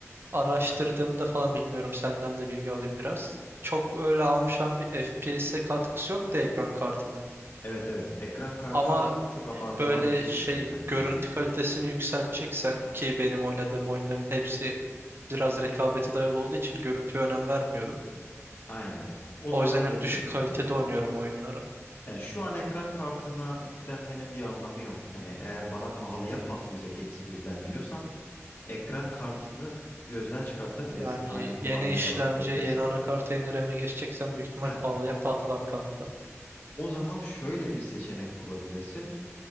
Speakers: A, on the right; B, on the left.
A: araştırdığımda falan bilmiyorum senden de bilgi alayım biraz. Çok öyle almışan bir FPS'e katkısı yok da ekran kartının.
B: Evet evet ekran kartı
A: Ama
B: çok abartılan
A: e, böyle
B: bir şey
A: şey
B: zaten
A: görüntü
B: yani.
A: kalitesini yükselteceksen ki benim oynadığım oyunların hepsi biraz rekabete dayalı olduğu için görüntüye önem vermiyorum.
B: Aynen. O
A: O
B: zaman
A: yüzden hep
B: dediğim
A: düşük
B: gibi
A: kalitede
B: yani.
A: oynuyorum oyunları.
B: Yani şu an ekran kartına yüklenmenin bir anlamı yok. Hani eğer bana pahalıya patlayacak hepsi birden diyorsan ekran kartını gözden çıkartabilirsin.
A: Yani
B: Aynı kullanmaya
A: yeni işlemci,
B: devam edebilirsin.
A: yeni anakart, yeni RAM'e geçeceksen büyük ihtimal
B: Heh,
A: pahalıya patlar kanka.
B: o zaman şöyle bir seçenek bulabilirsin.